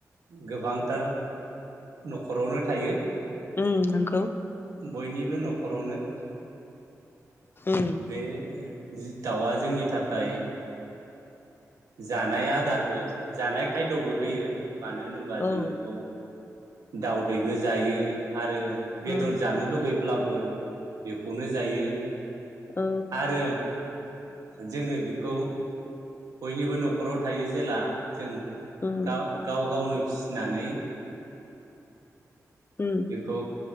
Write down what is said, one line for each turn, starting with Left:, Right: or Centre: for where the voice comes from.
Right: गोबांथार न'खरावनो थायो
Left: उम नंगौ
Right: बयनिबो न'खरावनो
Left: उम
Right: बे जि दाउआ जोंनि थाखाय जानाय आदारबो जानाय खायद'बो होयो। मानो होनोबा जों
Left: औ
Right: बेखौ दउदैबो जायो। आरो बेदर
Left: औ
Right: जानो लुुगै ब्लाबो बेखौनो जायो।
Left: औ।
Right: आरो जोङो बेखौ बयनिबो न'खराव थायो जेला जों
Left: उम
Right: गाव-गाव गावनो फिसिनानै
Left: उम
Right: बेखौ